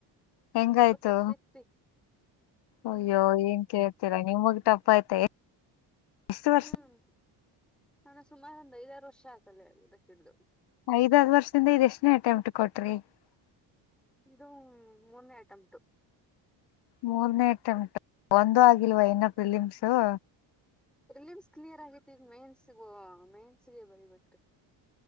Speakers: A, on the left; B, in the centre.
A: ಹೆಂಗಾಯ್ತು
B: ಒನ್ ಸ್ವಲ್ಪ ಟಫ್ ಇತ್ರೀ <unintelligible>
A: ಅಯ್ಯೋ ಏನ್ ಕೇಳ್ತೀರಾ ನಿಮಗ್ ಟಫ್ ಆಯ್ತಾ ಎಷ್ಟ
B: ಹ್ಮ್
A: ವರ್ಷ <unintelligible>
B: ನಾನು ಸುಮಾರು ಒಂದ್ ಐದಾರು ವರ್ಷ ಆಗ್ತಲ್ಲದಕ್ಕಿಡ್ದು <unintelligible>
A: ಐದ್ಆರ್ ವರ್ಷದಿಂದ ಇದ ಎಷ್ಟನೇ ಅಟೆಂಟ್ ಕೊಟ್ರಿ <unintelligible>
B: ಇದು ಮ ಮೂನ್ನೇ ಅಟ್ಟೆಂಟು <unintelligible>
A: ಮೂರ್ನೇ ಅಟೆಂಟ್ ಒಂದು ಆಗಿಲ್ವ ಇನ್ನ ಫ್ರಿಲಿಮ್ಸು <unintelligible>
B: ಪ್ರಿಲಿಮ್ಸ್ ಕ್ಲಿಯರ್ ಆಗೈತಿ ಈಗ ಮೆನ್ಸಿಗ ಮೆನ್ಸಗೆ ಬರಿಬೇಕ್ರಿ <unintelligible>